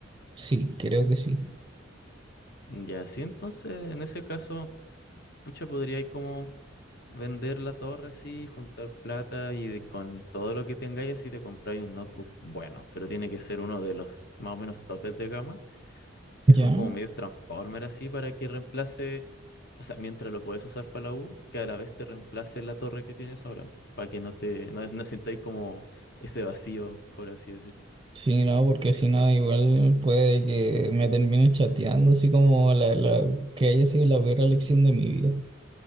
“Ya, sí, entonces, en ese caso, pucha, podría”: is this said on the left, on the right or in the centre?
Left